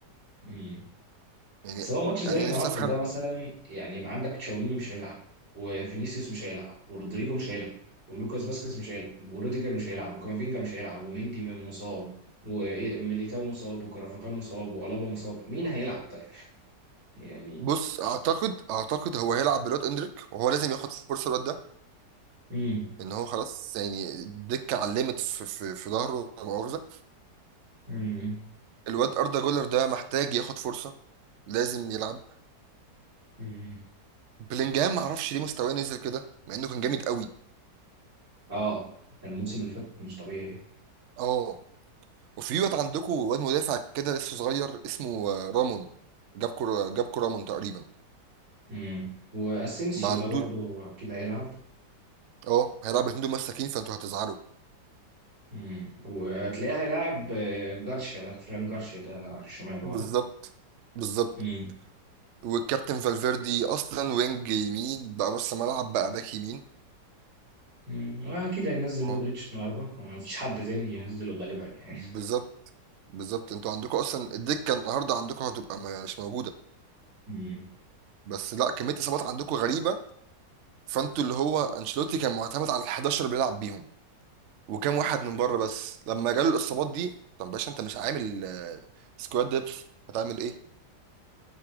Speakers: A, on the right; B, on the right.
A: مم.
B: يعني
A: بس هو ماتش زي
B: انا
A: النهارده
B: نفسي افهم
A: ده مثلا يعني عندك تشاوميني مش هيلعب وفينيسيوس مش هيلعب ورودريجو مش هيلعب ولوكاس فاسكيز مش هيلعب وروديجر مش هيلعب وكامافينجا مش هيلعب وميندي م- مصاب وميليتاو مصاب وكرافاخال مصاب وألابا مصاب مين هيلعب طيب يعني
B: بص اعتقد اعتقد هو هيلعب بالواد اندريك وهو لازم ياخد فرصه الواد ده
A: امم
B: ان هو خلاص يعني الدكه علمت في في, في ظهره لا مؤاخذه
A: امم
B: الواد اردا جولر ده محتاج ياخد فرصه لازم يلعب
A: امم
B: بلينجهام ما اعرفش ليه مستواه نزل كده مع انه كان جامد قوي
A: اه كان الموسم اللي فات مش طبيعي
B: اه وفي واد عندكم واد مدافع كده لسه صغير اسمه آه، رامون جابكو جابكو رامون تقريبا
A: امم واسينسيو
B: ما عنده
A: ده برضو اكيد هيلعب
B: اه هيلعب الاتنين دول مساكين فانتوا هتزعلوا
A: امم وهتلاقيه هيلعب آه، جارسيا ده فران جارسيا ده على الشمال ورا
B: بالظبط بالظبط
A: امم
B: والكابتن فالفيردي اصلا وينج يمين بقى نص ملعب بقى باك يمين
A: مم. آه، اكيد هينزل
B: اه
A: مودريتش النهارده ما فيش حد تاني ينزله غالبا يعني
B: بالظبط بالظبط انتوا عندكم اصلا الدكه النهارده عندكم هتبقى ما- مش موجوده
A: مم.
B: بس لا كميه اصابات عندكم غريبه فانتوا اللي هو انشيلوتي كان معتمد على ال 11 اللي بيلعب بيهم وكام واحد من بره بس لما جاله الاصابات دي طب باشا انت مش عامل آه، سكواد ديبس هتعمل ايه